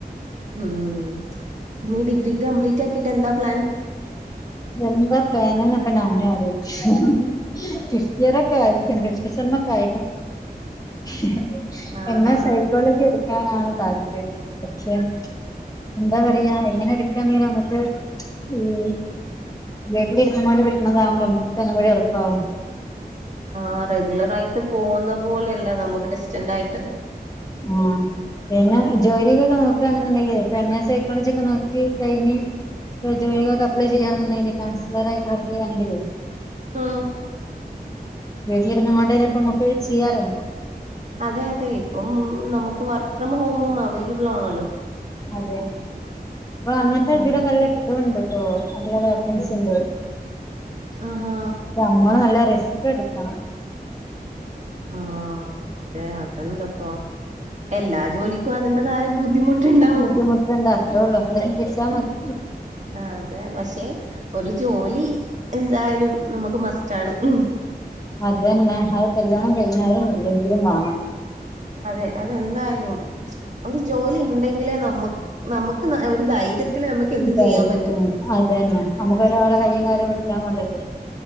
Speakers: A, on the right; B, on the left.
A: ഊം ഇനി ഡിഗ്രി കംപ്ലീറ്റാക്കീട്ടെന്താ പ്ലാൻ
B: എന്താ പ്ലാന് നാപ്പൊ നാനും അലോയ്ച്ച്ണ്. കിട്ടിയേതൊക്കെ ആയിക്ക്ണ് സാണ്ണൊക്കെ <unintelligible>
A: ആഹാ
B: എങ്ങെ സൈക്കോളജി എടുക്ക ക്കാനാണ് താല്പര്യം. പക്ഷെ എന്താ പറയാ എങ്ങനെ എട്ക്കാങ്കയ്യണമ്മക്ക് ഈ വീട്ടിലിരുന്നുങ്ങോണ്ട് കിട്ടണതാകുമ്പം നമ്മക്കൊന്നും കൂടി എളുപ്പാവും
A: ആ റെഗുലറായിട്ട് പോവുന്ന പോലെല്ല നമുക്ക് ഡിസ്റ്റന്റായിട്ട്
B: ഉം കൈഞ്ഞ ജോലിക്കൊക്കെ നോക്കാണ്ന്നുണ്ടെങ്കിൽ എം എസ് സൈക്കോളജി ഒക്കെ നോക്കി കയിഞ്ഞ് ജോലിക്കൊക്കെ അപ്ലൈ ചെയ്യാന്നുണ്ടെങ്കില് കൗൺസിലറായിട്ട് വർക്ക് ചെയ്യാണെങ്കിലേ
A: ആഹ്‌
B: വീട്ടിലിരുന്നുകൊണ്ടന്നെ പ്പമ്മക്ക് ചെയ്യാലോ
A: അതെ അതെ ഇപ്പം നമുക്ക് വർക്ക് ഫ്രം ഹോമും അവൈലബിൾ ആണല്ലോ
B: അതെ ഇപ്പളങ്ങനത്തെ
A: ഉം
B: ഇതിരക്കെല്ല ഇതുംണ്ട് കേട്ടോ നല്ല വാക്കൻസി ഉണ്ട്
A: ആ ഹാ
B: നമ്മള് നല്ല റിസ്ക്ട്ക്കണം
A: ആഹ്‌ അതെ അതെന്തപ്പോ എല്ലാ ജോലിക്കും അതിന്റതായ ബുദ്ധിമുട്ടുണ്ടാവും
B: ബുദ്ധിമുട്ടുണ്ട് അത്രേ ഉള്ളൂ അത്ര ചികിത്സാ മതി
A: ആ അതെ, പക്ഷെ ഒരു ജോലി എന്തായാലും നമുക്ക് മസ്റ്റാണ് ഉം
B: അതന്നെ, അത് കല്യാണം കഴിഞ്ഞാലും ഇല്ലെങ്കിലും വേണം
A: അതെ അതെന്തായാലും ഒരു ജോലി ഇണ്ടെങ്കിലേ നമ്മ് നമുക്ക് ഒരു ധൈര്യത്തില് നമുക്ക് എന്തും
B: ധൈര്യത്തിന്
A: ചെയ്യാൻ പറ്റും
B: അതന്നെ നമ്മുക്കൊരാളെ കയ്യും കാലം വിടിക്കാൻ പോണ്ടല്ലോ